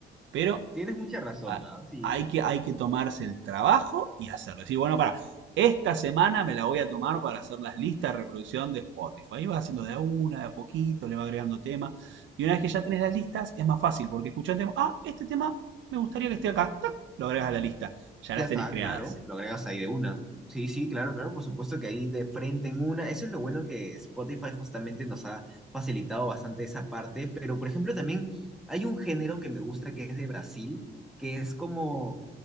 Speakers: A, on the right; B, in the centre.
A: Pero
B: Tienes mucha razón,
A: a-
B: ¿ah? Sí,
A: hay
B: sí.
A: que, hay que tomarse el trabajo y hacerlo. Decir, bueno, para, esta semana me la voy a tomar para hacer las listas de reproducción de Spotify. Ahí vas haciendo de a una, de a poquito, le vas agregando temas. Y una vez que ya tenés las listas, es más fácil, porque escuchás el tema, ah, este tema me gustaría que esté acá. ¡Tac! Lo agregas a la lista. Ya
B: Ya
A: las tenés
B: está,
A: creadas.
B: claro, lo agregas ahí de una. Sí, sí, claro, claro, por supuesto que ahí de frente en una. Eso es lo bueno que Spotify justamente nos ha facilitado bastante esa parte, pero por ejemplo también hay un género que me gusta que es de Brasil, que es como,